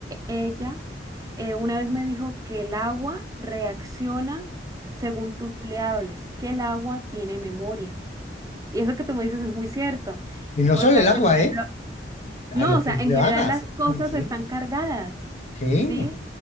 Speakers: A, on the right; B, on the left.
A: ella eh, una vez me dijo que el agua reacciona según tú le hables, que el agua tiene memoria. Y eso que tú me dices es muy cierto.
B: Y no
A: Por,
B: solo
A: o sea,
B: el agua,
A: que me-
B: ¿eh?
A: lo-
B: A
A: no,
B: lo
A: o
B: que
A: sea, en
B: le
A: general
B: hagas.
A: las cosas
B: Sí.
A: están cargadas,
B: Sí,
A: ¿sí?